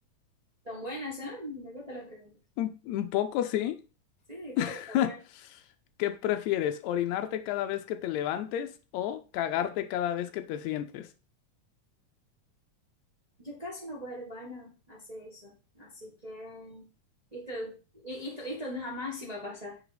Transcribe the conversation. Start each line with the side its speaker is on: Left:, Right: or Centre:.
Right: Son buenas, ¿eh? Me gustan las preguntas.
Left: un un poco sí.
Right: Sí, juego
Left: <laughs>
Right: está bueno.
Left: ¿Qué prefieres? ¿Orinarte cada vez que te levantes o cagarte cada vez que te sientes?
Right: Yo casi no voy al baño a hacer eso, así que esto, y- esto, esto jamás se va a pasar.